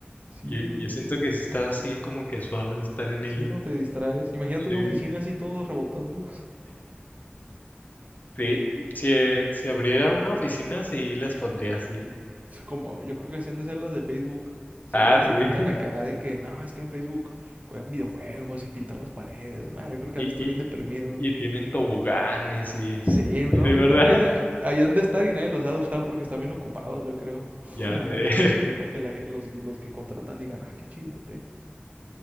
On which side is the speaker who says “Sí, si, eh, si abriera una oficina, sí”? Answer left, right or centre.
Left